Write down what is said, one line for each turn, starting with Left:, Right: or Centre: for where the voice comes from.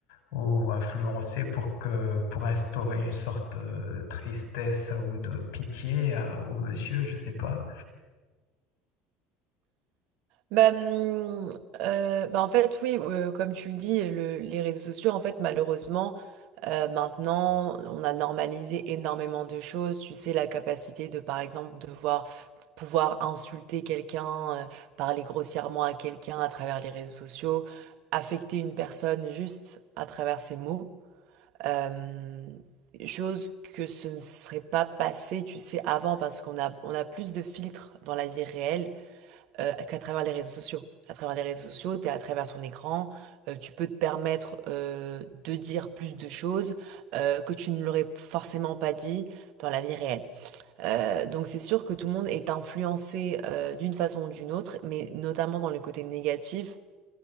Left: ou influencer pour que pour instaurer une sorte de tristesse ou de pitié à- au monsieur, je ne sais pas.
Right: Bah, hum, euh, bah en fait, oui, euh, comme tu le dis, le- les réseaux sociaux, en fait, malheureusement, euh, maintenant, on a normalisé énormément de choses. Tu sais, la capacité de, par exemple, de voir, pouvoir insulter quelqu'un, euh, parler grossièrement à quelqu'un à travers les réseaux sociaux, affecter une personne juste à travers ses mots. Euh, chose que ce ne serait pas passé, tu sais, avant, parce qu'on a, on a plus de filtres dans la vie réelle euh, qu'à travers les réseaux sociaux. À travers les réseaux sociaux, tu es à travers ton écran, euh, tu peux te permettre euh, de dire plus de choses euh, que tu ne l'aurais forcément pas dit dans la vie réelle. Euh, donc c'est sûr que tout le monde est influencé euh, d'une façon ou d'une autre, mais notamment dans le côté négatif,